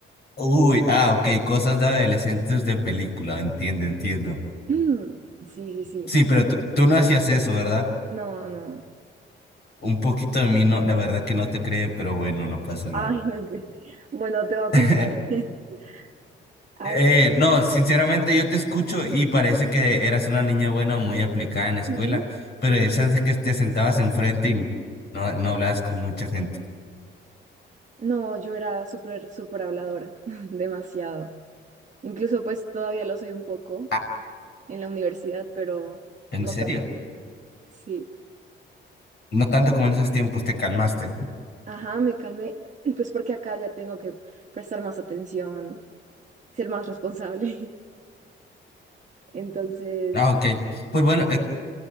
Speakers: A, on the left; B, on the right.
A: Uy, ah, ok, cosas de adolescentes de película, entiendo, entiendo.
B: <laughs> Sí, sí, sí.
A: Sí, pero tú, tú no hacías eso, ¿verdad?
B: No, no.
A: Un poquito de mí, no, la verdad que no te cree, pero bueno, no pasa nada.
B: Ay, no. que- Bueno, te voy a contar.
A: <laughs>
B: <laughs> A
A: Eh,
B: ver,
A: no, sinceramente yo te escucho y parece que eras una niña buena o muy aplicada en la escuela,
B: sí, sí.
A: pero esas de que te sentabas enfrente y no, no hablabas con mucha gente.
B: No, yo era súper, súper habladora, <laughs> demasiado. Incluso pues todavía lo soy un poco
A: Ah,
B: en la universidad, pero
A: ¿en
B: no
A: serio?
B: tanto. Sí.
A: No tanto como en esos tiempos, te calmaste.
B: Ajá, me calmé, <clears throat> pues porque acá ya tengo que prestar más atención, ser más responsable. <laughs> Entonces,
A: Ah, ok. Pues bueno,